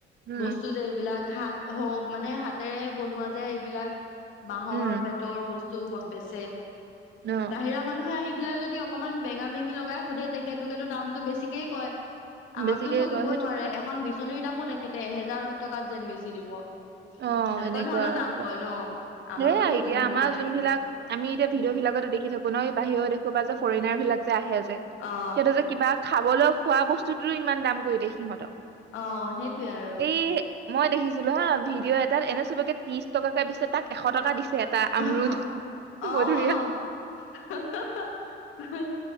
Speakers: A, on the right; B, on the left.
A: উম
B: বস্তু যে এইবিলাক, হাত হ' মানে হাতেৰে বনোৱা যায় এইবিলাক। বাহৰ
A: উম
B: -বেতৰ বস্তু। তটো বহ বেচে,
A: অ
B: বাহিৰা মানুহে আহিব। পিলাই যদি অকনমান বেঙা -বেঙি লগাই সোধে তেখেতলোকেটো দামতটো বেছিকেই কয়। আমাকতো
A: বেছিকে
B: ঠগিব
A: কয় সেইটো
B: নোৱাৰে। এখন বিশ, আচনিৰ দামো তেখেতে এহেজাৰ টকাত যেন বেছি দিব।
A: অ ',
B: তেনেকুৱা
A: সেনেকুৱা
B: ধৰণৰ
A: আৰু
B: দাম
A: কিবা
B: কয়
A: ।
B: ন আমাকতো
A: সেয়া
B: ঠগিব
A: এতিয়া আমাৰ
B: নোৱাৰে
A: যোনবিলাক আমি এতিয়া
B: উম
A: ভিডিঅ' বিলাকতে দেখি থাকো ন' বাহিৰৰ দেশ, ক'বা যে ফৰেইনৰবিলাক যে, আহে যে
B: অ
A: সেইটো যে কিবা, খাবলৈ খোৱা বস্তুটোৰো ইমান দাম কৰি দিয়ে সিহঁতক।
B: অ', সেইটোৱে আৰু।
A: এই মই দেখিছিলো হা ভিডিঅ এটাট এনে চবকে তিছ টকাকে দিছে তাক এশ টকা দিছে এটা আমৰুদ
B: অহ
A: মধুৰিআম
B: অ হ হা হা হা